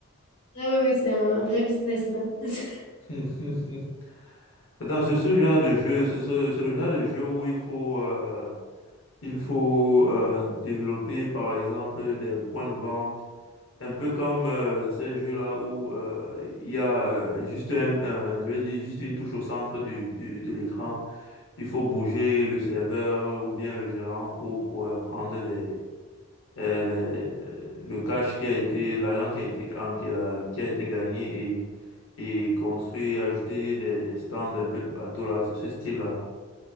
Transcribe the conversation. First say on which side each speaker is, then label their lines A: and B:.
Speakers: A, on the left; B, on the left.
A: Ah ouais, ouais, c'est un, un vrai business là. <laughs>
B: <laughs> Attends, c'est ce genre de jeu, c'est ce- c'est le genre de jeu où il faut, euh, il faut euh, développer, par exemple, des points de vente, un peu comme euh, ces jeux-là où euh, il y a euh, juste un, un- je vais dire, juste une touche au centre du, du- de l'écran. Il faut bouger le serveur ou bien le gérant pour, pour euh, prendre les, euh, les- le cash qui a été, l'argent qui a été, en- qui a, qui a été gagné et, et construit, ajouter des, des stands un peu de partout là, c'est ce style-là.